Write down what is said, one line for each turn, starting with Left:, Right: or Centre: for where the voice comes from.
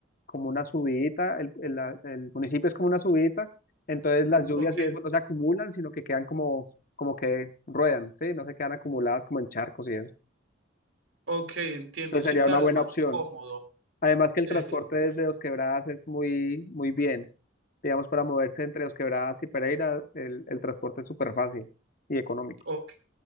Left: como una subidita, el, el- la- el municipio es como una subidita, entonces las lluvias
Right: ok,
Left: y eso no se acumulan, sino que quedan como, como que ruedan, ¿sí? No se quedan acumuladas como en charcos y eso.
Right: ok, entiendo.
Left: Entonces
Right: Sí,
Left: sería
Right: claro,
Left: una buena
Right: es más
Left: opción.
Right: cómodo.
Left: Además que el
Right: Eh,
Left: transporte desde Dos Quebradas es muy, muy bien. Digamos, para moverse entre Dos Quebradas y Pereira, el, el transporte es súper fácil y económico.
Right: ok,